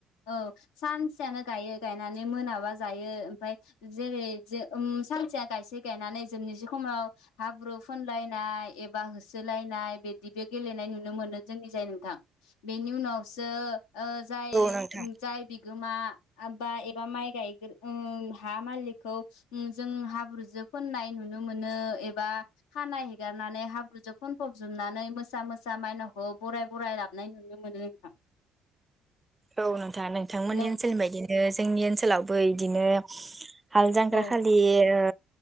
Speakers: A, on the left; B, on the right.
A: औ सानसेयानो गायो गायनानै मोनाबा जायो ओमफाय जेरै जे ओम सानसेया गायसे गायनानै जोबनोसै समाव हाब्रु फोनलायनाय एबा होसोलायनाय बिदि बे गेलेनाय नुनो मोनो जोंनि जाय नोंथां। बेनि उनावसो ओ जाय
B: औ नोंथां
A: जाय बिगो मा आबा एबा माय गायगोर उम हा मालिखखौ उम जों हाब्रुजों फुननाय नुनोमोनो एबा खानाय हेगारनानै हाब्रुजों फुनफजोबनानै मोसा मोसा मायनावखौ बराय बराय ला बनाय नुनो मोनो नोंथां।
B: औ नोंथा नोंथांमोननि
A: हेलौ
B: ओनसोलनि बायदिनो ओ जोंनि ओन्सोलावबो इदिनो हाल जांग्रा
A: औ
B: खालि ओ